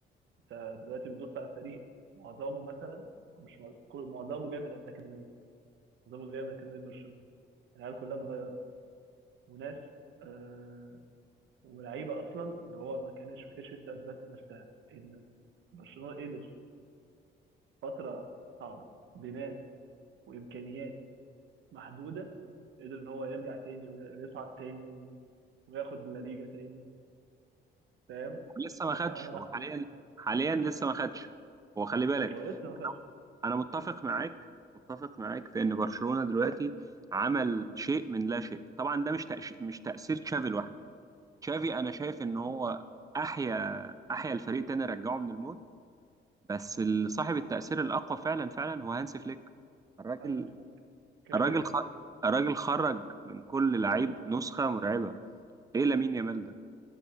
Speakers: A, on the right (about 70°); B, on the right (about 20°).
A: أنت دلوقتي بتبص على فريق معظمه مثلا أو مش مع- كل- معظمه جاي من الأكاديمية معظمه جاي من أكاديمية برشلونة العيال كلها صغيرة وناس أه ولعيبة أصلا اللي هو ما كانش ما كانتش لسه أثبتت نفسها إن برشلونة قدر فترة صعبة بناس وإمكانيات محدودة قدر إن هو يرجع تاني ويصعد تاني و- وياخد الليجا تاني فاهم
B: ولسه ما
A: فأنا
B: خدش
A: لأ
B: هو حاليا
A: كنت حاسس
B: حاليا لسه ما خدش هو خلي بالك
A: هو لسه ما خدش
B: انا متفق معاك متفق معاك في ان برشلونة دلوقتي عمل شيء من لا شيء طبعا ده مش تأش... مش تأثير تشافي لوحده تشافي انا شايف ان هو احيا أحيا الفريق تاني رجعه من الموت بس ال- صاحب التأثير الأقوى فعلا فعلا هو هانس فليك الراجل
A: هانسي فليك كده
B: الراجل
A: كده
B: خ... الراجل خرج من كل لعيب نسخة مرعبة إيه لامين يامال ده